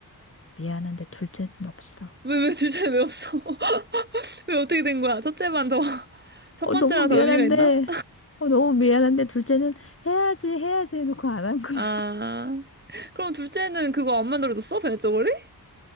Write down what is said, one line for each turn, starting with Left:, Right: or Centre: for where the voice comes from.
Left: 미안한데 둘째는 없어.
Right: 왜, 왜 둘째 왜 없어? <laughs> 왜 어떻게 된 거야? 첫째만 더, <laughs> 첫
Left: 어,
Right: 번째랑
Left: 너무 미안한데,
Right: 더 의미가 있나?
Left: 어, 너무 미안한데, 둘째는 해야지, 해야지 해놓고 안 한 거야.
Right: 아, 그럼 둘째는 그거 안 만들어줬어? 배냇저고리?